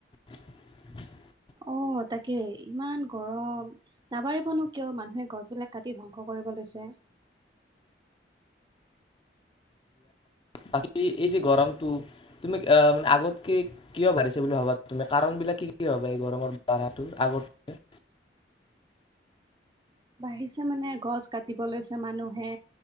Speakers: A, on the left; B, on the right.
A: <unintelligible>
B: অ তাকে ইমান গৰম নাবাৰিবনো কিয় মানুহে গছবিলাক কাটি ধ্বংস কৰিব লৈছে।
A: বাকী। এই যে গৰমটো তুমি মানে আগতকে কিয় বাঢ়িছে বুলি ভাবা। তুমি কাৰণবিলাক কি কি ভবা এই গৰমৰ ভঢ়াটোৰ আগতক।
B: বাঢ়িছে মানে গছ কাটিব লৈছে। মানুহে